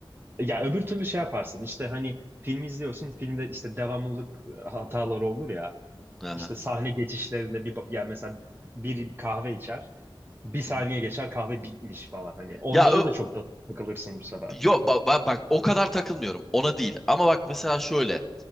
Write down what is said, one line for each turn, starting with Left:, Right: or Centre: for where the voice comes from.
Right: Ya öbür türlü şey yaparsın işte hani film izliyorsun filmde işte devamlılık e, hataları olur ya
Centre: Aha.
Right: işte sahne geçişlerinde bir bak- yani mesela bir kahve içer bir saniye
Centre: Hı hı.
Right: geçer kahve bitmiş falan hani onlara
Centre: Ya ö-
Right: da çok da takılırsın bu sefer.
Centre: yo ba- ba- bak o kadar takılmıyorum ona değil ama bak mesela şöyle